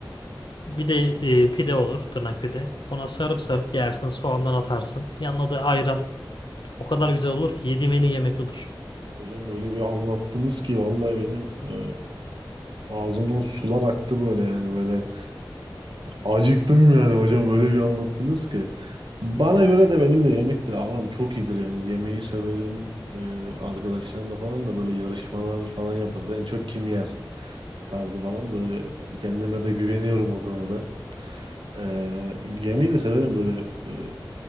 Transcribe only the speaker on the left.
Bir de e, pide olur, tırnak pide. Ona sarıp sarıp yersin, soğandan atarsın. Yanına da ayran. O kadar güzel olur ki yediğim en iyi yemek odur.